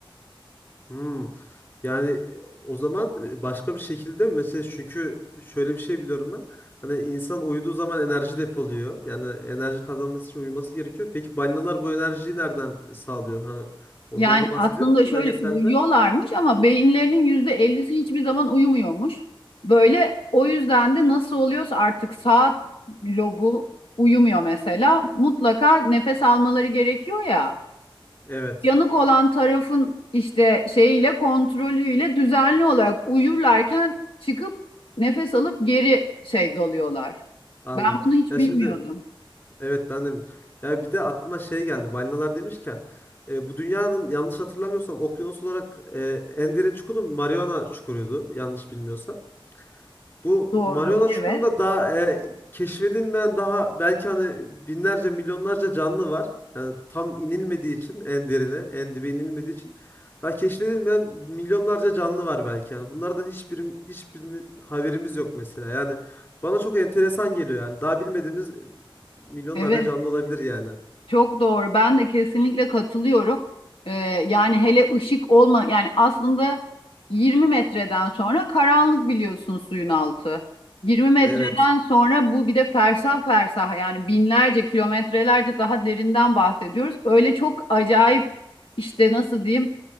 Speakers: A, on the left; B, on the left.
A: Hmm. Yani e, o zaman e, başka bir şekilde mi? Mesela çünkü şöyle bir şey biliyorum ben. Hani insan uyuduğu zaman enerji depoluyor. Yani enerji kazanması için uyuması gerekiyor. Peki balinalar bu enerjiyi nereden sağlıyor? Hani ondan
B: Yani
A: da bahsediyor
B: aslında
A: mu belgeselde?
B: şöyle uyuyorlarmış ama beyinlerinin yüzde ellisi hiçbir zaman uyumuyormuş. Böyle o yüzden de nasıl oluyorsa artık saat lobu uyumuyor mesela. Mutlaka nefes almaları gerekiyor ya.
A: Evet.
B: Yanık olan tarafın işte şeyiyle kontrolüyle düzenli olarak uyurlarken çıkıp nefes alıp geri şey doluyorlar.
A: Anladım.
B: Ben bunu hiç
A: Ya
B: bilmiyordum.
A: şimdi Evet ben de ya bir de aklıma şey geldi balinalar demişken e, bu dünyanın yanlış hatırlamıyorsam okyanus olarak e, en derin çukuru Mariana çukuruydu yanlış bilmiyorsam. Bu
B: Doğru,
A: Mariana Çukuru'nda
B: evet.
A: daha e, keşfedilmeyen daha belki hani binlerce milyonlarca canlı var. Yani tam inilmediği için en derine, en dibe inilmediği için daha keşfedilmeyen milyonlarca canlı var belki yani. Bunlardan hiçbir hiçbirinin haberimiz yok mesela. Yani bana çok enteresan geliyor yani. Daha bilmediğimiz e, milyonlarca
B: Evet.
A: canlı olabilir yani.
B: Çok doğru. Ben de kesinlikle katılıyorum. Ee, yani hele ışık olma yani aslında 20 metreden sonra karanlık biliyorsun suyun altı. 20 metreden
A: Evet.
B: sonra bu bir de fersah fersah yani binlerce kilometrelerce daha derinden bahsediyoruz. Öyle çok acayip işte nasıl diyeyim